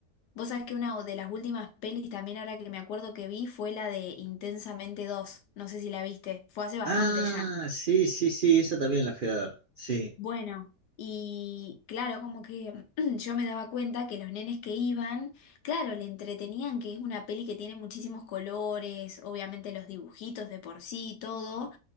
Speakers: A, on the left; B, on the right.
A: Vos sabés que una de las últimas pelis también ahora que me acuerdo que vi fue la de Intensamente dos no sé si la viste, fue hace bastante
B: Ah,
A: ya.
B: sí, sí, sí, esa también la fui a ver. Sí,
A: Bueno, y claro, como que <clears throat> yo me daba cuenta que los nenes que iban, claro, le entretenían que es una peli que tiene muchísimos colores, obviamente los dibujitos de por sí y todo,